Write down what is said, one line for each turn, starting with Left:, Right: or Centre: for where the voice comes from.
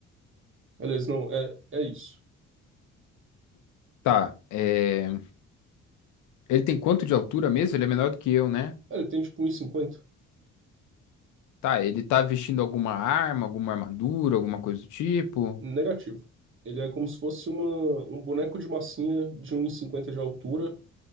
Right: Aliás, não, é, é isso.
Left: Tá, é... Ele tem quanto de altura mesmo? Ele é menor do que eu, né?
Right: É, Ele tem tipo um e cinquenta
Left: Tá, ele tá vestindo alguma arma, alguma armadura, alguma coisa do tipo?
Right: Negativo. Ele é como se fosse uma, um boneco de massinha de um e cinquenta de altura,